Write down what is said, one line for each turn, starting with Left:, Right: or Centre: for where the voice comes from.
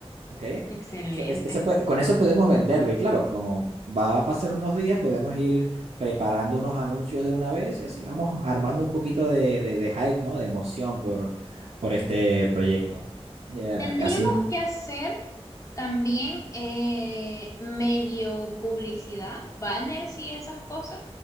Right: Ok.
Left: Excelente.
Right: Eso- es- eso puede- con eso podemos venderlo. Y claro, como va a pasar unos días, podemos ir preparando unos anuncios de una vez y así vamos armando un poquito de, de- de hype, ¿no? De emoción por, por este proyecto. Ya,
Left: Tendríamos
Right: y Así,
Left: que hacer también eh, medio publicidad, banners y esas cosas,